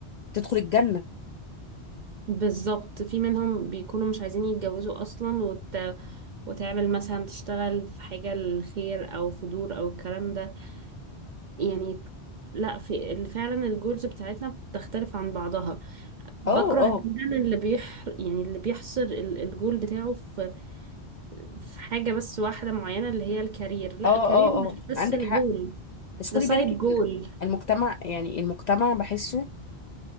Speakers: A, on the left (about 60°); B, on the right (about 55°).
A: تدخل الجنه
B: بالظبط في منهم بيكونوا مش عايزين يتجوزوا أصلا وت... وتعمل مثلا تشتغل في حاجة للخير أو في دور أو الكلام ده يعني لا في ال- فعلا الجولز بتاعتنا بتختلف عن بعضها بكره
A: اه اه
B: جدا اللي بيح يعني اللي بيحصر ال- الجول بتاعه في في حاجة بس واحدة معينة اللي هي الكارير لا
A: اه
B: الكارير
A: اه
B: مش
A: اه
B: بس
A: عندك
B: الجول
A: حق بس خدي
B: ده سايد
A: بالك
B: جول
A: إن المجتمع يعني المجتمع بحسه